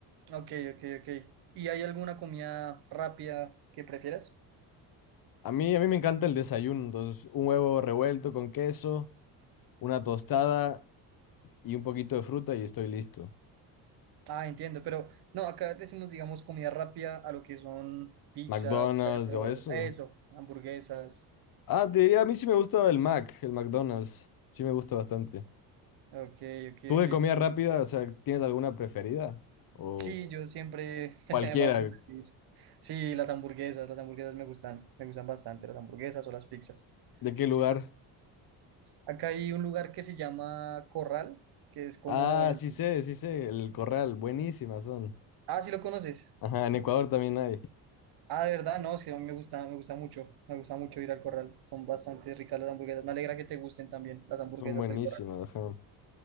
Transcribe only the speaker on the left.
A mí, a mí me encanta el desayuno, entonces un huevo revuelto con queso, una tostada y un poquito de fruta y estoy listo.
McDonald's
o eso.
Ah, te diría, a mí sí me gusta el Mac, el McDonald's, sí me gusta bastante.
¿Tú de
comida rápida, o sea, tienes alguna preferida? O
cualquiera,
¿de qué lugar?
Ah,
sí sé, sí sé, el corral, buenísimas son.
Ajá, en Ecuador también hay.
Son buenísimas,
ajá.